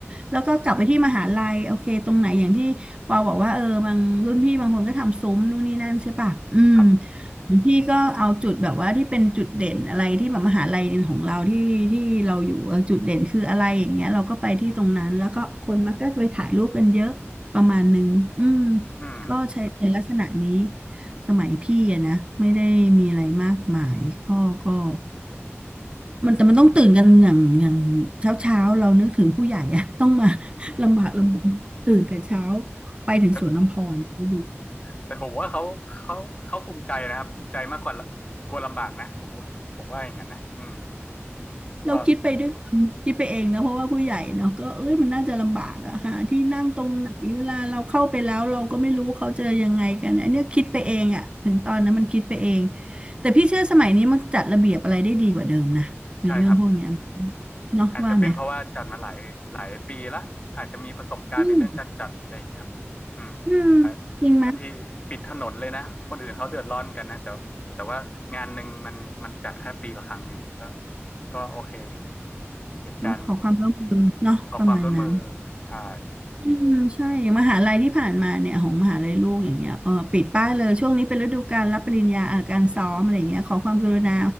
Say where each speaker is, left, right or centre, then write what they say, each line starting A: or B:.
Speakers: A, on the right (about 25°); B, on the left (about 30°).
A: แล้วก็กลับไปที่มหาลัยโอเคตรงไหนอย่างที่ปอบอกว่าเออบางรุ่นพี่บางคนก็ทำซุ้มนู่นนี่นั่นใช่ป่ะอืม
B: ครับ
A: ของพี่ก็เอาจุดแบบว่าที่เป็นจุดเด่นอะไรที่แบบมหาลัยของเราที่ที่เราอยู่เออจุดเด่นคืออะไรอย่างเงี้ยเราก็ไปที่ตรงนั้นแล้วก็คนมักก็ไปถ่ายรูปกันเยอะประมาณนึงอืม
B: อืม
A: ก็ใช้เป็นลักษณะนี้ สมัยพี่อะนะไม่ได้มีอะไรมากมายก็ก็มันแต่มันต้องตื่นกันอย่างอย่างเช้าเช้าเรานึกถึงผู้ใหญ่อะ <laughs> ต้องมา <laughs>
B: <laughs>
A: ลำบากลำบนตื่นแต่เช้าไปถึงสวนน้ำพรดู
B: แล้ว แต่ผมว่าเขาเขาเขาภูมิใจนะครับภูมิใจมากกว่าละกลัวลำบากนะผมว่าผมว่าอย่างนั้นนะอืม
A: เราคิดไปด้วยคนคิดไปเองนะเพราะว่าผู้ใหญ่เนาะก็เอ้ยมันน่าจะลำบากอะหาที่นั่งตรงไหนเวลาเราเข้าไปแล้วเราก็ไม่รู้เขาจะยังไงกันอันเนี้ยคิดไปเองอะถึงตอนนั้นมันคิดไปเอง
B: ก็
A: แต่พี่เชื่อสมัยนี้มันจัดระเบียบอะไรได้ดีกว่าเดิมนะในเรื่องพวกเนี้ย
B: ใช่ครับ
A: เนาะว่าไหม
B: อาจจะเป็นเพราะว่าจัดมาหลายหลายปีละอาจจะมีประสบการณ์ในเรื่องการจัดอะไรอย่างเงี้ยครับอืม
A: อืม อืมจริงไหม
B: อ่ะบางทีปิดถนนเลยนะคนอื่นเขาเดือดร้อนกันนะแต่แต่ว่างานหนึ่งมันมันจัดแค่ปีละครั้งไงก็ก็โอเคอยู่เหตุการณ์
A: ต้องขอความร่วมมือเนาะประมาณนั้น
B: ขอความร่วมมือใช่
A: อืมใช่อย่างมหาลัยที่ผ่านมาเนี่ยของมหาลัยลูกอย่างเงี้ยเออปิดป้ายเลยช่วงนี้เป็นฤดูการรับปริญญาเอ่อการซ้อมอะไรเงี้ยขอความกรุณา